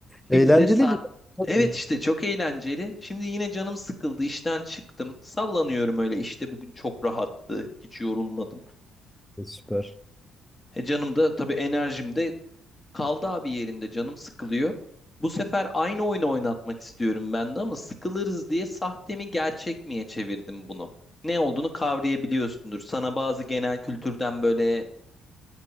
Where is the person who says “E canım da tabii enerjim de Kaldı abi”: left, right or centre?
Left